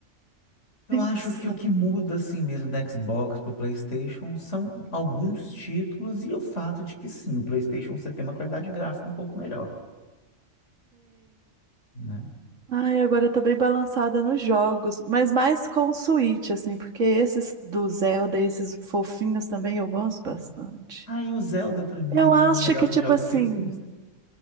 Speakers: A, on the left; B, on the right.
A: eu
B: Pensei.
A: acho que o que muda assim mesmo da Xbox para o PlayStation são alguns títulos e o fato de que sim, o PlayStation você tem uma qualidade gráfica um pouco melhor, né?
B: Ai, agora eu tô bem balançada nos jogos, mas mais com o Switch, assim, porque esses do Zelda, esses fofinhos também eu gosto bastante.
A: Ah, e o Zelda, pra mim,
B: Eu
A: ele é
B: acho
A: um dos melhores
B: que, tipo
A: jogos
B: assim,
A: que existem.